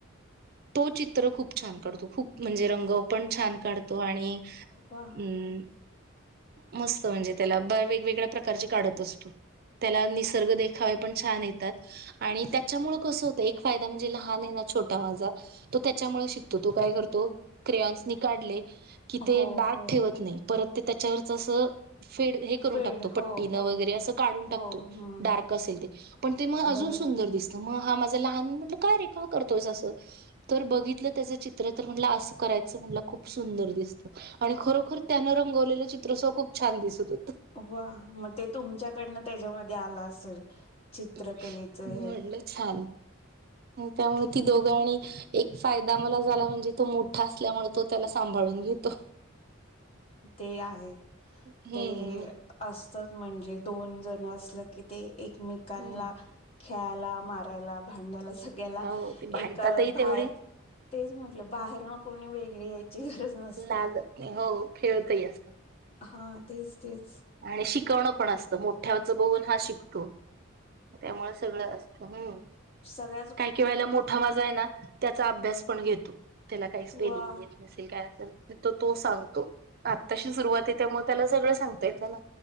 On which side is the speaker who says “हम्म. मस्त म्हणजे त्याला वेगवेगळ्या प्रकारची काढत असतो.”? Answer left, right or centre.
Right